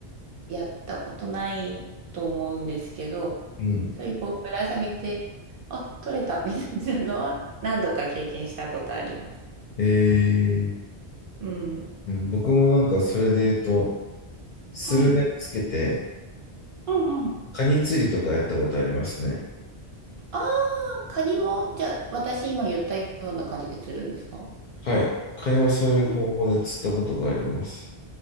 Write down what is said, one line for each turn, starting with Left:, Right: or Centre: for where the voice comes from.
Right: やったことないと思うんですけど、
Left: うん。
Right: そういうこうぶら下げて、あ、取れたみたいなのは何度か経験したことあります。
Left: えー、
Right: うん。
Left: うん、僕もなんかそれで言うと、スルメをつけて、
Right: うん。うんうん。
Left: カニ釣りとかやったことありますね。
Right: ああ、カニも、じゃあ私今言ったような感じで釣るんですか
Left: はい。会話はそういう方法で釣ったことがあります。
Right: うん